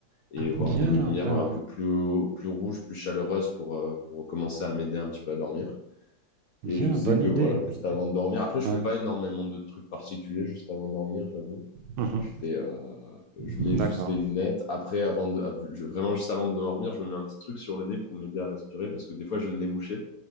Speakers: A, on the left; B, on the right.
A: et, et voir
B: Bien,
A: des lumières
B: bien, bien.
A: un peu plus, plus rouges, plus chaleureuses pour, euh, pour commencer à m'aider un petit peu à dormir.
B: Bien,
A: Et je sais
B: bonne
A: que
B: idée,
A: voilà,
B: bonne
A: juste
B: idée.
A: avant de dormir, après, je
B: Ouais.
A: fais pas énormément de trucs particuliers juste avant de dormir, j'avoue.
B: Mhm.
A: Je fais, euh, je
B: D'accord.
A: mets juste les lunettes. Après, avant de, av- je- vraiment juste avant de dormir, je me mets un petit truc sur le nez pour m'aider à respirer parce que des fois, j'ai le nez bouché.